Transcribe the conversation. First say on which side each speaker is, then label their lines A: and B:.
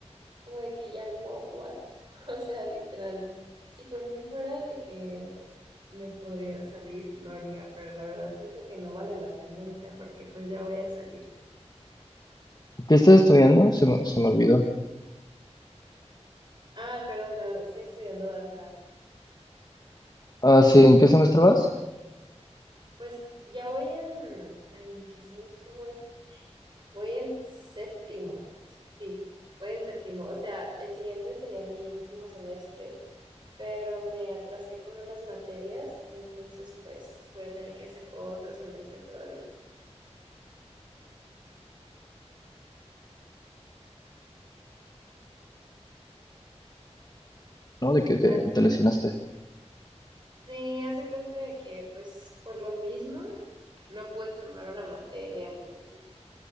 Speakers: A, on the right; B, on the left.
A: como de que ya no aguanto. <laughs> O sea, literal, si por mí fuera de que me podría salir, lo haría, pero la verdad siento que no vale la pena ahorita porque pues ya voy a salir.
B: ¿Qué estás estudiando? Se me, se me olvidó.
A: Ah, perdón, perdón, estoy estudiando danza.
B: Ah, sí, ¿en qué semestre vas?
A: Pues ya voy en... Ay, ¿en qué semestre voy? Voy en séptimo. Sí, voy en séptimo. O sea, el siguiente sería mi último semestre, pero me atrasé con unas materias, entonces pues voy a tener que hacer otro semestre todavía.
B: ¿No? De que te,
A: Ah.
B: te lesionaste.
A: Sí, haz de cuenta de que, pues, por lo mismo, no pude tomar una materia, entonces